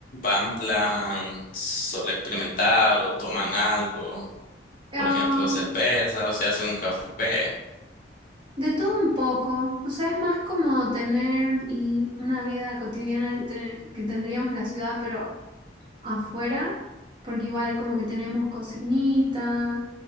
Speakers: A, on the left; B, on the right.
A: va en plan solo experimentar o toman algo,
B: Ah,
A: por ejemplo, cerveza o se hacen un café.
B: De todo un poco, o sea, es más como tener l- una vida cotidiana que, te- que tendríamos en la ciudad, pero afuera, porque igual como que tenemos cocinita,